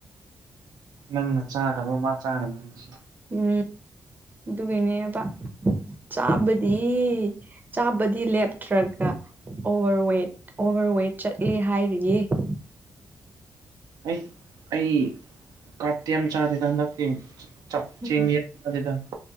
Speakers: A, on the right; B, on the right.
A: ꯅꯪꯅ ꯆꯥꯗꯕ ꯃꯥ ꯆꯥꯔꯝꯒꯅꯤ
B: ꯎꯝ ꯑꯗꯨꯒꯤꯅꯦꯕ ꯆꯥꯕꯗꯤ ꯆꯥꯕꯗꯤ ꯂꯦꯞꯇ꯭ꯔꯒ ꯑꯣꯚꯔꯋꯦꯠ ꯑꯣꯚꯔ ꯋꯦꯠ ꯆꯠꯂꯦ ꯍꯥꯏꯔꯤꯅꯦꯕ
A: ꯑꯩ ꯑꯩ ꯀꯥꯔ꯭꯭ꯕꯇꯤ ꯑꯃ ꯆꯥꯗꯅ ꯍꯟꯗꯛꯇꯤ ꯆꯞ ꯆꯦꯡ
B: ꯎꯝ
A: <unintelligible> ꯗ